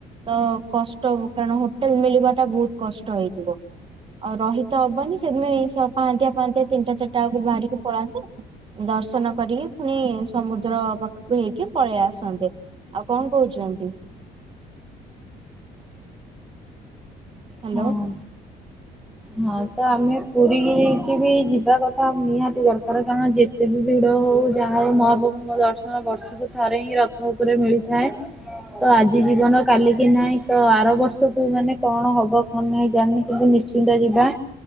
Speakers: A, on the right; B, in the centre.
A: ତ କଷ୍ଟ ହବ କାରଣ ହୋଟେଲ୍ ମିଳିବା ଟା ବହୁତ୍ କଷ୍ଟ ହେଇଯିବ। ଆଉ ରହିତ ହବନି ସେଇଥିପାଇଁ ସବୁ ପାଆଁନ୍ତିଆ ପାଆଁନ୍ତିଆ ତିନିଟା ଚାରିଟା ବେଳକୁ ବାହାରିକି ପଳାନ୍ତି। ଦର୍ଶନ କରିକି ପୁଣି ସମୁଦ୍ର ପା ଖେ ହେଇକି ପଳି ଆସନ୍ତେ ଆଉ କଣ କହୁଚନ୍ତି? ହ୍ୟାଲୋ।
B: ହଁଂ। ହଁ ତ ଆମେ ପୁରୀ କି ବି ଯିବା କଥା ନିହାତି ଦରକାର କାରଣ ଯେ ଯେତେ ଭିଡ ହୋଉ ଯାହା ହୋଉ ମହାପଭୁଙ୍କ ଦର୍ଶନ ବର୍ଷକୁ ଥରେ ହିଁ ରଥ ଉପରେ ମିଳିଥାଏ। ତ ଆଜି ଜୀବନ କାଲି କି ନାହିଁ ତ ଆର ବର୍ଷକୁୁ ମାନେ କଣ ହବ ହବ କନ୍ ନାଇଁ ଜାଣିନି କିନ୍ତୁ ନିଶ୍ଚିନ୍ତ ଯିବା।